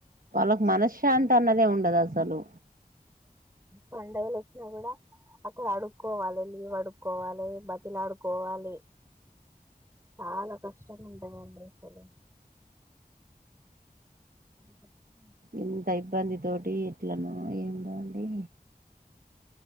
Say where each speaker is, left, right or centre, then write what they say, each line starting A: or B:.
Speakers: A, on the right (about 65°); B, on the right (about 15°).
A: వాళ్ళకు మనశ్శాంతి అన్నదే ఉండదసలు
B: పండుగలోచ్చినా కూడా అక్కడ అడుక్కోవాలి లీవ్ అడుక్కోవాలే బతిలాడుకోవాలి చాలా కష్టం ఉంటాయండి అసలు అ
A: ఇంత ఇబ్బంది తోటి ఎట్లనో
B: మళ్ళీ
A: ఏందో అండి